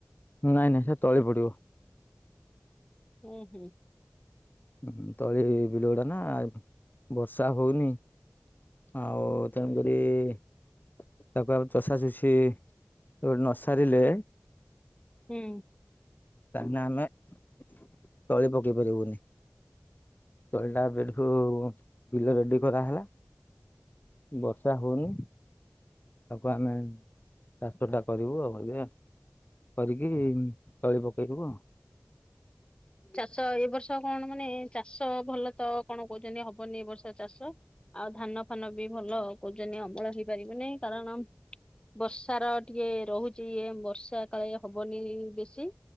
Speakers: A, on the left; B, on the left.
A: ନାଇଁ ନାଇଁ ସେ ତଳି ପଡିବ।
B: ହୁଁ ହୁଁ।
A: ହଁ ତଳି ବିଲ ଗୁଡା ନା। ବର୍ଷା ହଉନି। ଆଉ ତେଣୁକରି। <inaudible> ତାକୁ ଆଉ ଚଷା ଚୁଷି ଗୋଟେ ନସାରିଲେ।
B: ହୁଁ।
A: ତାହିନା ଆମେ ତଳି ପକେଇ ପାରିବୁନି। ତଳଟା ଏବେଠୁ ବିଲ ରେଡି କରାହେଲା। ବର୍ଷା ହଉନି ତାକୁ ଆମେ। ଚାଷଟା କରିବୁ ଆଉ ଏବେ କରିକି ତଳି ପକେଇବୁ ଆଉ।
B: ଚାଷ ଏ ବର୍ଷ ବଷ କଣ ମାନେ ଚାଷ ଭଲ ତ କଣ କହୁଛନ୍ତି ହବନି ଏ ବର୍ଷ ଚାଷ? ଆଉ ଧାନ ଫାନ ବି ଭଲ କହୁଛନ୍ତି ଅମଳ ହେଇପାରିବନି କାରଣ। ବର୍ଷାର ଟିକେ ରହୁଛି ଇଏ ବର୍ଷା କାଳେ ହବନି ବେଶୀ।